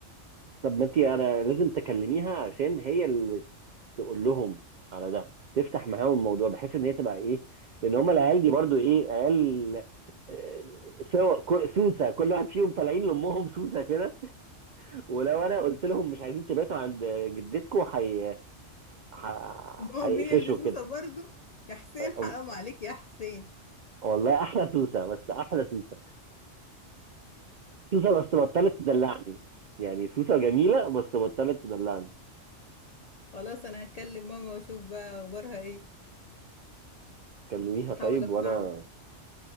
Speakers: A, on the right; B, on the left.
A: طب ما انت انا لازم تكلميها عشان هي اللي تقول لهم على ده تفتح معاهم الموضوع بحيث ان هي تبقى ايه لان هم العيال دي برضو ايه عيال آه، سوا كو- سوسه كل واحد فيهم طالعين لامهم سوسه كده ولو انا قلت لهم مش عايزين تباتوا عند جدتكم حي ح-
B: ماما
A: هيقفشوا
B: هي اللي سوسة
A: كده
B: برضو يا حسين
A: أو-
B: حرام عليك يا حسين
A: والله احلى سوسه بس احلى سوسه سوسه بس بطلت تدلعني يعني سوسه جميله بس بطلت تدلعني
B: خلاص انا هتكلم ماما واشوف بقى اخبارها ايه
A: كلميها
B: احاول
A: طيب
B: اقنعها
A: وانا